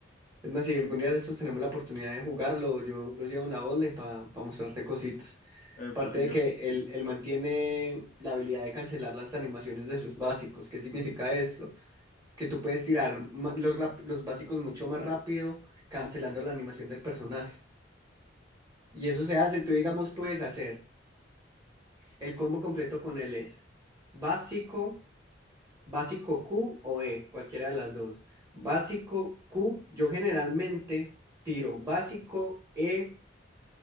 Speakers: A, on the right (about 20°); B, on the left (about 40°).
A: Es más, si algún día de estos tenemos la oportunidad de jugarlo, yo lo llevo en la online para mostrarte cositas.
B: Epa,
A: Aparte
B: y
A: de
B: yo...
A: que él, él mantiene la habilidad de cancelar las animaciones de sus básicos. ¿Qué significa esto? Que tú puedes tirar ma- los, rap- los básicos mucho más rápido, cancelando la animación del personaje. Y eso se hace, tú digamos, puedes hacer. El combo completo con él es básico, básico Q o E, cualquiera de las dos. Básico Q, yo generalmente tiro básico E,